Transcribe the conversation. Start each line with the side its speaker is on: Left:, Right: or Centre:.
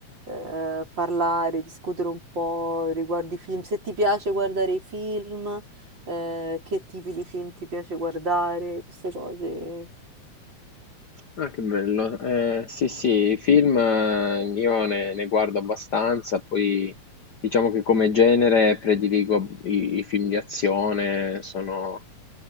Right: eh, parlare, discutere un po' riguardo i film. Se ti piace guardare i film, eh, che tipi di film ti piace guardare, queste cose.
Left: Ah, che bello. Eh, sì sì, i film eh, io ne, ne guardo abbastanza, poi diciamo che come genere prediligo i, i film di azione, sono